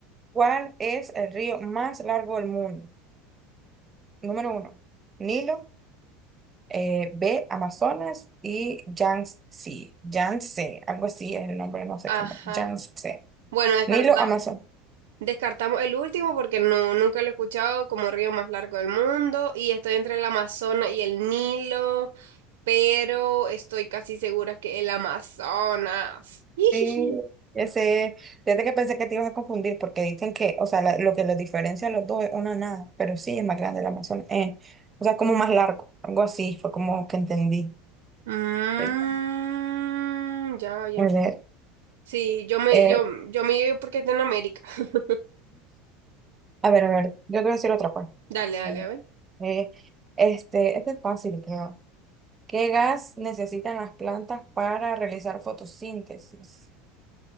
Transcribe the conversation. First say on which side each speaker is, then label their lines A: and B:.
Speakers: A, on the right; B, on the right.
A: ¿Cuál es el río más largo del mundo? Número uno, Nilo. eh, B, Amazonas y Yangtze, Yangtze, algo así es el nombre, no sé
B: Ajá.
A: cómo, Yangtze,
B: Bueno, descarta.
A: Nilo, Amazonas.
B: Descartamos el último porque no, nunca lo he escuchado como río más largo del mundo y estoy entre el Amazonas y el Nilo, pero estoy casi segura que el Amazonas. Ijiji.
A: Sí, ese, fíjate que pensé que te ibas a confundir porque dicen que, o sea, la- lo que los diferencia a los dos es una nada, pero sí es más grande el Amazonas, eh, o sea, como más largo, algo así, fue como que entendí.
B: Mm,
A: Sí.
B: ya, ya.
A: A ver,
B: Sí, yo me,
A: eh,
B: yo, yo me llevo porque está en América. <laughs>
A: a ver, a ver, yo te voy a decir otra parte.
B: Dale, dale,
A: A
B: a ver.
A: ver, eh, este, este es fácil, creo. ¿Qué gas necesitan las plantas para realizar fotosíntesis?